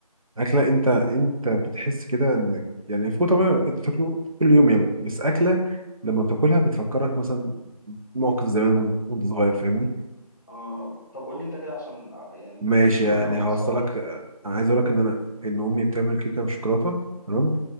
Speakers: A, on the right; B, on the left.
A: اكله انت انت بتحس كده انك يعني الفول طبعا انت بتاكله كل يوم يا بقى بس اكله لما بتاكلها بتفكرك مثلا موقف زمان وانت وأنت صغير فاهمني
B: آه... طب قول لي انت كده عشان آه، يعني
A: ماشي
B: مش
A: يعني
B: مجمع
A: هوصلك
B: الصراحه
A: آه، انا عايز اقول لك ان انا ان امي بتعمل كيكه بالشوكولاته تمام